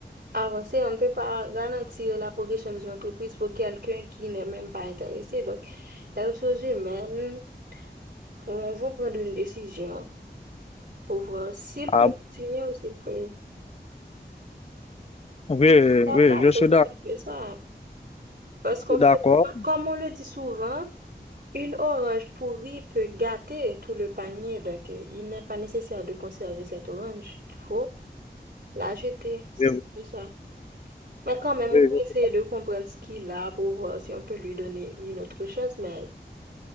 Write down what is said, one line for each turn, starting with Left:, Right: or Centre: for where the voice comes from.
Right: avancer. On ne peut pas garantir la progression d'une entreprise pour quelqu'un qui n'est même pas intéressé. Donc, les ressources humaines vont, vont prendre une décision. pour voir s'il
Left: Ah,
Right: peut continuer ou s'il peut
Left: oui,
Right: sa
Left: oui,
Right: place.
Left: je suis
Right: aussi
Left: d'ac-
Right: simple que ça. Parce qu'on
Left: d'accord.
Right: peut, comme on le dit souvent, une orange pourrie peut gâter tout le panier. Donc, euh, il n'est pas nécessaire de conserver cette orange. Il faut la jeter. C'est
Left: Oui, oui,
Right: que ça. Mais quand même,
Left: oui,
Right: on peut
Left: oui.
Right: essayer de comprendre ce qu'il a pour voir si on peut lui donner une autre chance. Mais